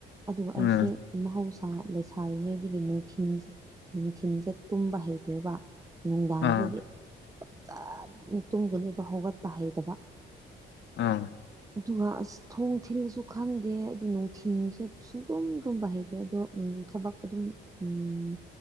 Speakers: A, on the right; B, on the left.
A: ꯑꯗꯨꯒ
B: ꯎꯝ
A: ꯑꯩꯁꯦ ꯃꯍꯧꯁꯥ ꯂꯩꯁꯥꯔꯤꯉꯩꯗꯒꯤ ꯅꯨꯡꯊꯤꯟ ꯅꯨꯡꯊꯤꯟꯁꯦ ꯇꯨꯝꯕ ꯍꯩꯇꯦꯕ ꯅꯨꯡꯗꯥꯡꯁꯤꯗꯤ
B: ꯑꯥ
A: ꯐꯖꯅ ꯇꯨꯝꯗꯕꯤꯗ ꯍꯧꯒꯠꯄ ꯍꯩꯇꯥꯕ
B: ꯑꯥ
A: ꯑꯗꯨꯒ ꯑꯁ ꯊꯣꯡ ꯊꯤꯜꯂꯁꯨ ꯈꯪꯗꯦ ꯑꯗꯨ ꯅꯨꯡꯊꯤꯟꯜꯁꯦ ꯁꯨꯡꯇꯨꯝ ꯇꯨꯝꯕ ꯍꯩꯇꯦ ꯑꯗꯣ ꯎꯝ ꯊꯕꯛ ꯑꯗꯨꯝ ꯎꯝ